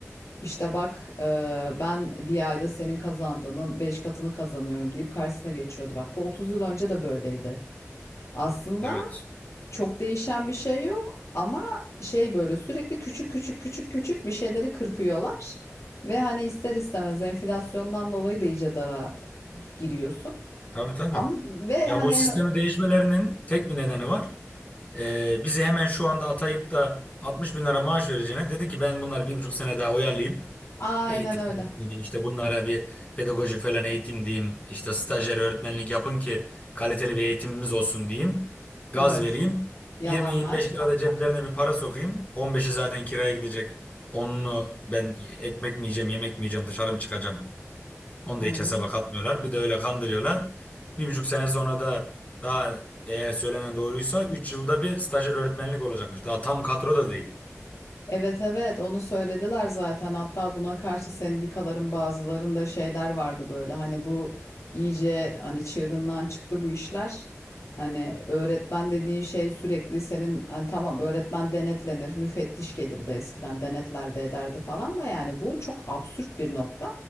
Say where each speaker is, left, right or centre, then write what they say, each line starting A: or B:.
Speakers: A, on the left (about 70°); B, on the left (about 30°).
A: İşte bak eee, ben bir ayda senin kazandığının 5 katını kazanıyorum deyip karşısına geçiyordu. Bak bu 30 yıl önce de böyleydi. Aslında
B: Evet.
A: çok değişen bir şey yok ama şey böyle sürekli küçük küçük küçük küçük bir şeyleri kırpıyorlar. Ve hani ister istemez enflasyondan dolayı da iyice dara giriyorsun.
B: Tabii tabii.
A: Ama ve
B: Ya
A: hani
B: bu
A: en,
B: sistemi değişmelerinin tek bir nedeni var. Ee, bizi hemen şu anda atayıp da 60 bin lira maaş vereceğine dedi ki ben bunları bir buçuk sene daha oyalayayım.
A: aynen
B: Eğitim,
A: öyle.
B: eğitim diyeyim, işte bunlara bir pedagojik falan eğitim diyeyim. İşte stajyer öğretmenlik yapın ki kaliteli bir eğitimimiz olsun diyeyim. Gaz
A: Evet.
B: vereyim.
A: Yalanlar.
B: 20-25 lira da ceplerine bir para sokayım. 15'i zaten kiraya gidecek. onunu ben ekmek mi yiyeceğim, yemek mi yiyeceğim, dışarı mı çıkacağım? Onu
A: Aynen.
B: da hiç hesaba katmıyorlar. Bir de öyle kandırıyorlar. Bir buçuk sene sonra da daha eğer söylenen doğruysa 3 yılda bir stajyer öğretmenlik olacakmış. Daha tam kadro da değil.
A: Evet evet onu söylediler zaten hatta buna karşı sendikaların bazılarında şeyler vardı böyle hani bu iyice hani çığırından çıktı bu işler. Hani öğretmen dediğin şey sürekli senin hani tamam öğretmen denetlenir müfettiş gelirdi eskiden denetler de ederdi falan da yani bu çok absürt bir nokta.